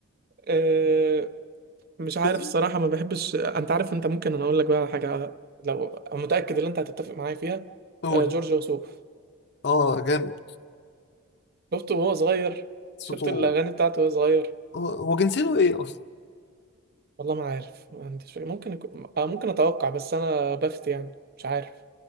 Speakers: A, on the right; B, on the left.
A: آه، مش عارف
B: بس
A: الصراحة ما بحبش انت عارف انت ممكن انا اقول لك بقى على حاجة لو أنا متأكد ان انت هتتفق معايا فيها
B: قول
A: آه، جورج وسوف
B: اه جامد
A: شفته وهو صغير
B: صوته
A: شفت الاغاني بتاعته وهو صغير
B: هو هو جنسيته ايه اصلا
A: والله ما عارف ما عنديش فكرة. ممكن يكون- آه، ممكن اتوقع بس انا بفتي يعني مش عارف